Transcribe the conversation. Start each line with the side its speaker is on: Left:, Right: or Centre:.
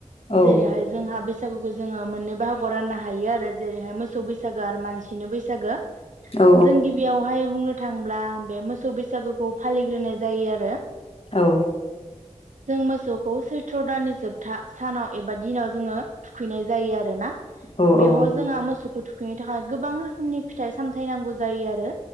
Left: औ
Right: जेरैहाय जोंहा बै सागुखौ जोङो मोननै बाहागोआव राननो हायो आरो जेरैहाय मोसौ बैसागो आरो मानसिनि बैसागो।
Left: औ
Right: जों गिबियावहाय बुंनो थांब्ला बे मोसौ बैसागुखौ फालिग्रोनाय जाय जायो आरो
Left: औ
Right: जों मोसौखौ सैथ्र' दाननि जोबथा सानाव एबा दिनाव जोङो थुखैनाय जायो आरोना
Left: औ
Right: बेवह'
Left: औ
Right: जोंहा मोसौखौ थु थुखैनो थाखाय गोबां रोखोमनि फिथाइ सामथाय नांगौ जायो आरो